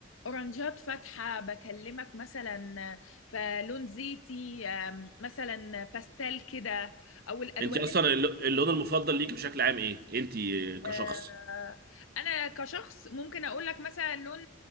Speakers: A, on the left; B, on the right.
A: اورنجات فاتحه بكلمك مثلا في لون زيتي أم، مثلا باستيل كده او الالوان
B: انت اصلا الل- اللون المفضل ليك بشكل عام ايه انت
A: آه،
B: كشخص
A: انا كشخص ممكن اقول لك مثلا لون